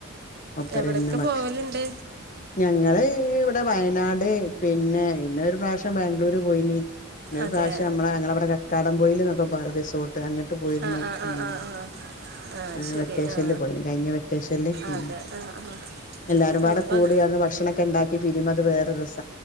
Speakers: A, on the left; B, on the right.
A: ഒപ്പരെന്നെ
B: എവിടെയൊക്കെ
A: ഭക്ഷ
B: പോവലുണ്ട്
A: ഞങ്ങള് ഇവിടെ വയനാട് പിന്നെ പിന്നെ ഒരു പ്രാവശ്യം ബാംഗ്ലൂര് പോയിന്. പിന്നെ ഒരു
B: അതെ
A: പ്രാവശ്യം നമ്മളെ ഞങ്ങളിവിടെ കക്കാടം പോയിൽന്നൊക്കെ പറയു റിസോർട്ട്, അങ്ങൻ ട്ട് പോയിരുന്നു
B: ആ ആ ആ
A: ഉം
B: ആ ആ ആ ആ
A: അങ്ങനെ.
B: ശരി
A: വെക്കേഷനിൽ
B: ആ
A: പോയിന്, കഴിഞ്ഞ വെക്കേഷനില് ഉം.
B: അതെ ആ ആ
A: എല്ലാരുംപാടെ
B: നമ്മളിപ്പോൾ
A: കൂടി അന്ന് ഭക്ഷണൊക്കെ ഇണ്ടാക്കി പിരിയുമ്പോ അത് വേറൊരു രസ